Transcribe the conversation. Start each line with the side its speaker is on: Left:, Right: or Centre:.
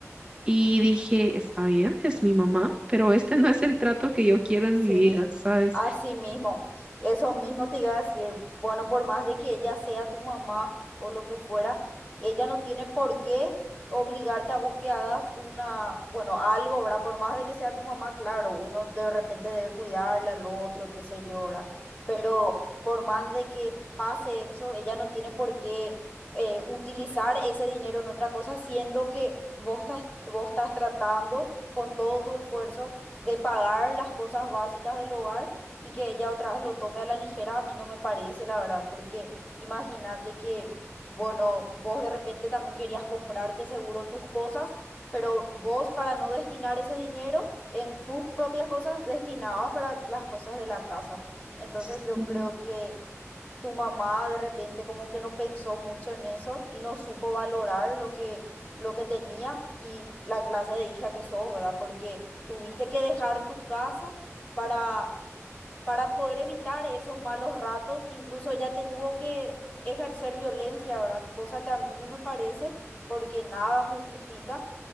Right: y dije, está bien, es mi mamá, pero este no es el trato que yo quiero
Left: sí,
Right: en mi vida, ¿sabes?
Left: así mismo. Eso mismo te iba a decir. Bueno, por más de que ella sea tu mamá o lo que fuera, ella no tiene por qué obligarte a vos que hagas una, bueno, algo, ¿verdad? Por más de que sea tu mamá, claro, uno de repente debe cuidarle al otro, qué sé yo, ¿verdad? Pero por más de que pase eso, ella no tiene por qué eh, utilizar ese dinero en otra cosa, siendo que vos estás, vos estás tratando con todo tu esfuerzo de pagar las cosas básicas del hogar y que ella otra vez lo tome a la ligera, a mí no me parece, la verdad, porque imagínate que, bueno, vos de repente también querías comprarte seguro tus cosas, pero vos para no destinar ese dinero en tus propias cosas, destinabas para las cosas de la casa. Entonces
Right: Sí.
Left: yo creo que tu mamá de repente como que no pensó mucho en eso y no supo valorar lo que, lo que tenía y la clase de hija que sos, ¿verdad? Porque tuviste que dejar tu casa para, para poder evitar esos malos ratos, incluso ya te tuvo que ejercer violencia, ¿verdad? Cosa que a mí no me parece porque nada justifica